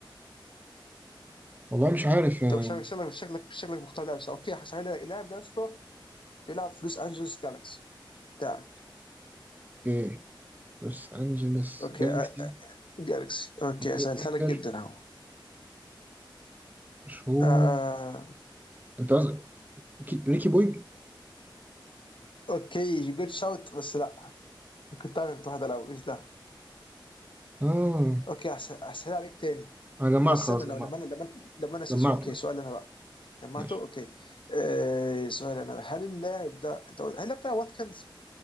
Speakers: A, on the right; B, on the left.
A: والله مش عارف
B: انت
A: آه،
B: مش شكلك شكلك مش شكلك مختار لاعب صح. اوكي هسهل اللاعب ده يا اسطى بيلعب في لوس انجلوس جالكسي بتاعك
A: ايه لوس انجلس
B: اوكي
A: جالكسي
B: آه، جالكسي اوكي
A: بلاي
B: سهلتها
A: ميكر
B: لك جدا اهو
A: مشهور
B: آه، آه،
A: انت قصدك كي- ريكي بويج
B: اوكي جود شوت بس لا كنت عارف كنت واحد الاول ايش ده
A: اه
B: اوكي أحس- احسن عليك تاني
A: انا جمعت
B: بس
A: خلاص
B: استنى لما
A: جمعت
B: لما انا لما أنا- لما انا أسأل-
A: جمعت
B: اوكي سؤال انا بقى جمعته
A: ماشي
B: اوكي آه سؤال انا بقى. هل اللاعب ده انت قلت- هل اللاعب بتاع واتكنز؟